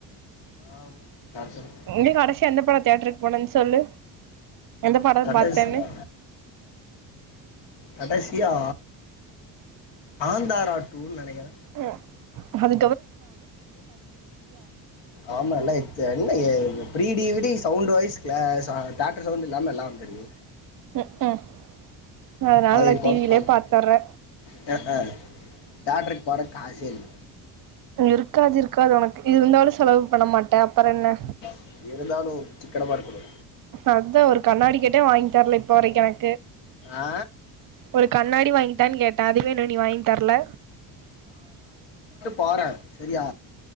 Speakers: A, on the left; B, on the right.
A: ஆம் யார் சொன்னா?
B: எங்க கடைசியா எந்த படம் தேயட்டருக்கு போனுன்னு சொல்லு எந்த படம்
A: கடைசியா
B: பாரத்தேன்னு
A: கடைசியா காந்தாரா டூ நெனைக்கிறே
B: ம் அது
A: ஆமாலத் என்ன பீரிடிவிடி சவுண்ட் வைஸ் க தேட்ர் சவுண்ட் இல்லாமல் எல்லாம் வந்துருது
B: ம் ம் அதனால
A: அதை
B: டிவிலயே
A: போட்டு பார்த்து
B: பாத்துர்றே
A: <unintelligible> தேட்டருக்கு போற காசே இல்ல
B: இருக்காது இருக்காது உனக் இருந்தாலும் செலவு பண்ண மாட்ட அப்பற என்ன
A: இல்ல இருந்தாலு சிக்கனமா இருக்கணு
B: அதான் ஒரு கண்ணாடி கேட்டே வாங் தெர்ல இப்போ வரைக்கெணக்கு
A: ஆ
B: ஒரு கண்ணாடி வாங்கி தான்னு கேட்டேன் அதுவே இண்ணும் நீ வாங்கி தர்ல
A: பாறே செரியா